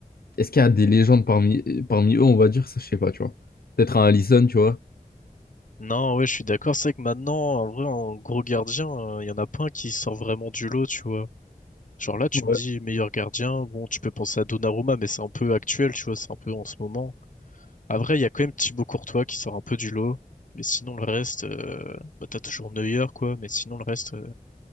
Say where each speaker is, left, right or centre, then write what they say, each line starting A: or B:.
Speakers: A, on the left; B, on the left.
A: est-ce qu'il y a des légendes parmi... parmi eux, on va dire, ça, je sais pas, tu vois. Peut-être un Alisson, tu vois.
B: Non, ouais, je suis d'accord. C'est vrai que maintenant, en vrai, en gros gardien, euh, il y en a pas un qui sort vraiment du lot, tu vois. Genre là, tu
A: Ouais.
B: me dis meilleur gardien, bon, tu peux penser à Donnarumma, mais c'est un peu actuel, tu vois, c'est un peu en ce moment. À vrai, il y a quand même Thibaut Courtois qui sort un peu du lot, mais sinon le reste, euh, bah, t'as toujours Neuer, quoi, mais sinon le reste, euh,